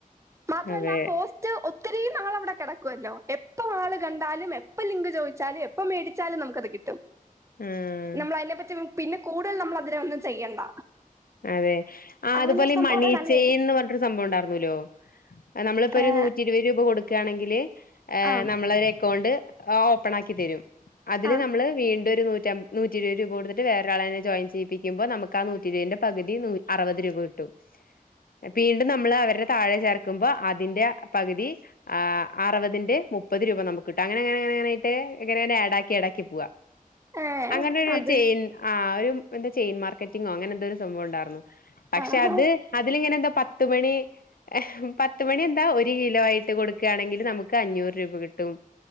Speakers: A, on the right; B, on the left.
A: മാത്രല്ല
B: അതെ.
A: ആ പോസ്റ്റ് ഒ ഒത്തിരിയും നാൾ അവിടെ കിടക്കുവല്ലോ എപ്പ ആള് കണ്ടാലും എപ്പ ലിങ്ക് ചോദിച്ചാലും എപ്പ മേടിച്ചാലും നമുക്കത് കിട്ടും
B: ആഹ്.
A: നമ്മളതിനെ പറ്റി വു പിന്നെ കൂടുതൽ നമ്മൾ അതിനെ വന്ന് ചെയ്യണ്ട
B: അതെ ആഹ്
A: അങ്ങനെ
B: അതുപോലെ
A: ഒരു
B: ഈ
A: സംഭവം
B: മണീച്ചേയിന്ന്
A: അത് നല്ലായിരുന്നു
B: പറഞ്ഞട്ടൊരു സംഭവം ഉണ്ടായിരുനൂല്ലോ നമ്മളിപ്പൊ
A: ഏഹ്
B: ഒരു നൂറ്റി ഇരുപത് രൂപ കൊടുക്ക കൊടുക്കാണങ്കിൽ
A: ആഹ്
B: നമ്മള് അക്കൗണ്ട് ആഹ് ഓപ്പൺ ആക്കി തരും അതില്
A: ആഹ്
B: നമ്മള് വീണ്ടും നൂറ്റം നൂറ്റിരുപ രൂപടുതിട്ട് വേറെരാളെ അതി ജോയിൻ ചെയ്യിച്ചെയിപ്പിക്കുമ്പോ നമുക്ക് ആ നൂറ്റിരുപന്റെ പകുതി നൂ അറുപത് രൂപ കിട്ടും വീണ്ടും നമ്മള് അവരുടെ താഴെ ചേർക്കുമ്പോ അതിന്റെ പകുതി ആഹ് അറുപതിന്റെ മുപ്പത് രൂപ നമുക്ക് കിട്ടും അങ്ങനെ അങ്ങനായിട്ട് എങ്ങന ആഡാക്കി ആ ഡാക്കി പോവാ
A: ഏഹ്
B: അങ്ങനെരു
A: അത്
B: ചെയൻ ആഹ് ഒരു എന്തോ ചെയിൻ മാർക്കറ്റിങ്ങോ അങ്ങനെന്തോ ഒരു സംഭം ഉണ്ടാരുന്നു പക്ഷെ
A: ആഹ്
B: അത് അതിലിങ്ങനെ എന്നോ പത്ത്മണി എഹ് പത്ത്മണി എന്താ ഒരു കിലോ ആയിട്ട് കൊടുക്കയാണെങ്കിൽ നമുക്ക് അഞ്ഞൂറ് രൂപ കിട്ടും